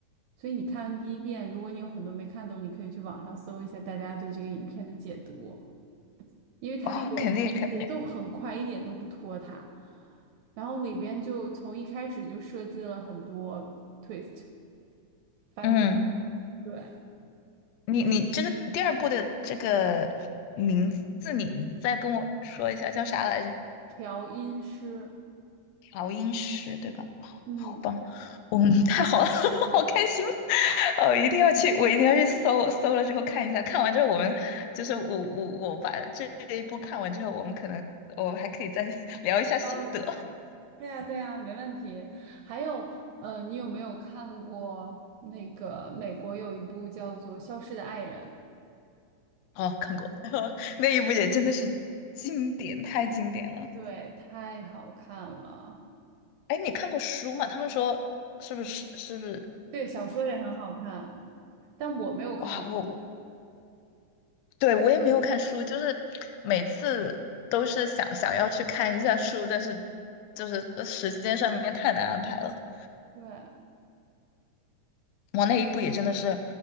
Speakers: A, on the right; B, on the left.
A: 所以你看完第一遍，如果你有很多没看懂，你可以去网上搜一下大家对这个影片的解读，因为它那个节奏很快，
B: 哦，肯定肯定，
A: 一点都不拖沓。然后里边就从一开始就设计了很多 twist 反转，
B: 嗯，
A: 对，
B: 你你这个第二部的这个名字你，你再跟我说一下叫啥来着？
A: 调音师。
B: 调音师，对吧？好好棒，
A: 嗯，
B: 嗯，太好了，<laughs> 好开心，<laughs> 哦，一定要去，我一定要去搜搜了之后看一下，看完之后我们就是我我我把这一部看完之后，我们可能我还可以再 <laughs> 聊一下心得。
A: 交流一下。对呀，对呀，没问题。还有，呃，你有没有看过那个美国有一部叫做《消失的爱人》？
B: 哦，看过 <laughs> 那一部也真的是经典，太经典了。
A: 对，太好看了。
B: 哎，你看过书吗？他们说是不是是不是？
A: 对，小说也很好看，但我没有看过
B: 哇，我我对，我也没有看书，就是每次都是想想要去看一下书，但是就是呃时间上面太难安排了。
A: 对，
B: 哇，那一部也真的是